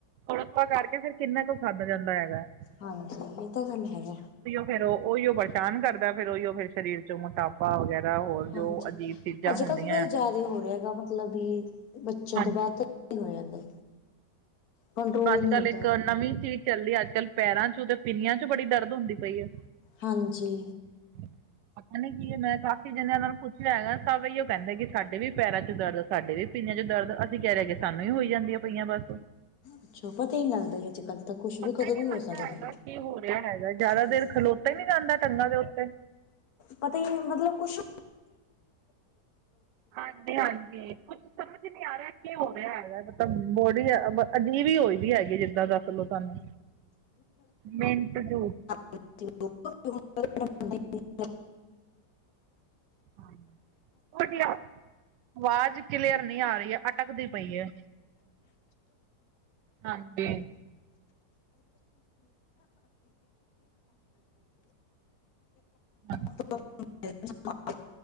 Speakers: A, on the right (about 85°); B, on the left (about 65°).
A: ਥੋੜਾ-ਥੋੜਾ ਕਰਕੇ ਫੇਰ ਕਿੰਨਾ ਕੁ ਖਾਧਾ ਜਾਂਦਾ ਹੈਗਾ ਏ।
B: ਹਾਂਜੀ ਇਹ ਤਾਂ ਗੱਲ ਹੈ।
A: ਫ਼ਿਰਰ ਉਹੀਓ ਪਰੇਸ਼ਾਨ ਕਰਦਾ ਫੇਰ ਉਹੀਓ ਫੇਰ ਸਰੀਰ ਚੋਂ ਮੁਤਾ ਪਾ ਵਗੈਰਾ ਹੋਰ ਜੋ
B: ਹਾਂਜੀ
A: ਅਜੀਬ ਚੀਜ਼ਾਂ
B: ਅੱਜ
A: ਹੁੰਦੀਆਂ
B: ਕੱਲ੍ਹ ਥੋੜਾ ਜਿਆਦਾ ਹੀ ਹੋ ਰਿਹਾ ਹੈਗਾ। ਮਤਲਬ ਵੀ ਬੱਚਿਆਂ
A: ਹਾਂਜੀ
B: ਤੋਂ ਬਾਅਦ ਹੋ ਜਾਂਦਾ। ਕੰਟਰੋਲ
A: ਅੱਜ
B: ਹੀ ਨਹੀਂ
A: ਕੱਲ
B: ਹੁੰਦਾ
A: ਇੱਕ ਹੁਣ ਨਵੀਂ ਚੀਜ਼ ਚਲੀ ਅੱਜ ਕੱਲ ਪੈਰਾਂ ਚ, ਤੇ ਪੀਲੀਆਂ ਚ ਬੜੀ ਦਰਦ ਹੁੰਦੀ ਪਈ ਹੈ।
B: ਹਾਂਜੀ।
A: <inaudible> ਪਤਾ ਨੀ ਕਿ ਮੈਂ ਕਾਫੀ ਜਨੇ ਉਹਨਾਂ ਨੂੰ ਪੁੱਛਿਆ ਹੈਗਾ, ਸਭ ਉਹ ਕਹਿੰਦੇ ਕਿ ਸਾਡੇ ਵੀ ਪੈਰਾਂ ਚ ਦਰਦ ਸਾਡੇ ਵੀ ਪੀਲੀਆਂ ਚ ਦਰਦ। ਅਸੀਂ ਕਹਿ ਰਹੇ ਕਿ ਸਾਨੂੰ ਹੀ ਹੋਈ ਜਾਂਦੀਆਂ ਪਈਆਂ ਬਸ।
B: ਅੱਛਾ ਪਤਾ ਹੀ ਨਹੀਂ ਲੱਗਦਾ ਜੀ ਅੱਜ ਕੱਲ੍ਹ ਤਾਂ ਕੁਛ
A: ਪਤਾ
B: ਵੀ ਕਦੋਂ
A: ਨਹੀਂ
B: ਵੀ
A: ਲੱਗਦਾ
B: ਹੋ ਸਕਦਾ
A: ਹੈਗਾ, ਕੀ ਹੋ ਰਿਹਾ ਹੈਗਾ ਜਿਆਦਾ
B: ਹਾਂਜੀ
A: ਦੇਰ ਖਲੋ ਨੀ ਜਾਂਦਾ ਟੰਗਾਂ ਦੇ ਉੱਤੇ।
B: ਪਤਾ ਹੀ ਨਹੀਂ ਮਤਲਬ ਕੁਛ
A: ਹਾਂਜੀ-ਹਾਂਜੀ। ਸਮਝ ਨ ਆ ਰਿਹਾ ਕੀ ਹੋ ਰਿਹਾ ਹੈਗਾ, ਮਤਲਬ ਬੋਡੀ ਅਜੀਬ ਹੀ ਹੋਈ ਵੀ ਹੈਗੀ ਜਿੱਦਾਂ ਦੱਸ ਲੋੋ ਤੁਹਾਨੂੰ ਮਿੰਟ ਚੋ
B: <unintelligible> <unintelligible>
A: <unintelligible> ਆਵਾਜ਼ ਕਲੀਅਰ ਨਹੀਂ ਆ ਰਹੀ ਹੈ, ਅਟਕਦੀ ਪਈ ਹੈ। ਹਾਂਜੀ। <unintelligible>
B: <unintelligible>